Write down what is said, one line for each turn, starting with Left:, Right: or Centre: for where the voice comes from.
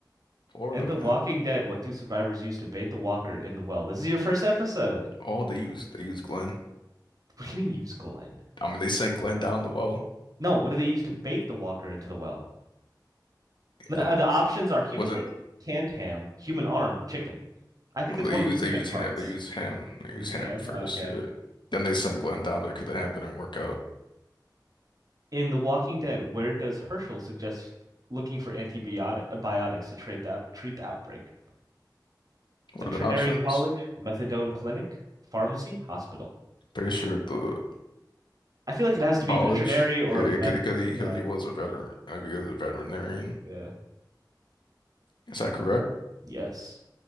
Left: Florida,
Right: In The
Left: man.
Right: Walking Dead, what do survivors use to bait the walker in the well? This is your first episode.
Left: Oh, they used they used Glenn.
Right: What do you mean use Glenn?
Left: I mean, they sent Glenn down the well.
Right: No, what do they use to bait the walker into the well? The,
Left: The-
Right: uh, the options are human
Left: wasn't
Right: leg, canned ham, human arm, chicken. I think
Left: oh
Right: it's
Left: they
Right: one
Left: used
Right: of the human
Left: they used
Right: parts.
Left: Ham. They used Ham. They
Right: They
Left: used
Right: use
Left: Ham
Right: ham.
Left: first.
Right: Okay.
Left: Yeah. Then they sent Glenn down there because the Ham didn't work out.
Right: In The Walking Dead, where does Herschel suggest looking for antibiotic uh, to treat the treat the outbreak?
Left: What
Right: Veterinary
Left: are the options?
Right: college, methadone clinic, pharmacy, hospital.
Left: Pretty sure the
Right: I feel like it has to be
Left: college.
Right: veterinary or
Left: Yeah, because
Right: meth.
Left: because he
Right: Yeah.
Left: because he was a veteran. I mean, he was a veterinarian.
Right: Yeah.
Left: Is that correct?
Right: Yes.